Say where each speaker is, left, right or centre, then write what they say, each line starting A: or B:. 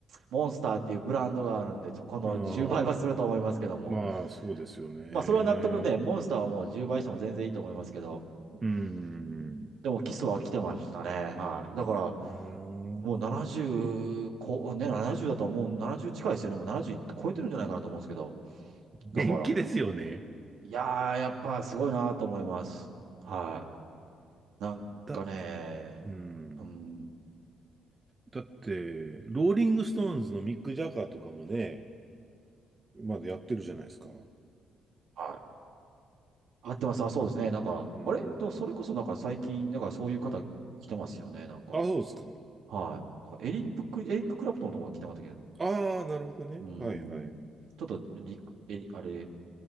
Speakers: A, on the right (about 75°); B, on the right (about 25°).
A: モンスターっていうブランドがあるんで、ちょこの10倍はすると思いますけども。
B: あーまあ、そうですよね。
A: まあ、それは納得ね、モンスターはもう10倍しても全然いいと思いますけど。
B: うん。
A: うん、でも、キスは来てましたね。はい。だから、
B: あー
A: もう70こ、ね、70だと思う、70近いですよね。もう70超えてるんじゃないかなと思うんですけど。だから、
B: 元気ですよね。
A: いやー、やっぱすごいなと思います。はい。なんかね、
B: だ、うん。
A: うん。
B: だって、ローリングストーンズのミック・ジャガーとかもね、まだやってるじゃないですか。
A: はい。合ってます。あ、そうですね。なんか、
B: うん。
A: あれと、それこそなんか最近、なんかそういう方来てますよね。なんか、
B: あ、そうですか。
A: はい。なんかエリップク、エリック・クラプトンのところ来てましたけど、
B: ああ、なるほどね。
A: うーん。
B: はいはい。
A: ちょっとリ、え、あれ、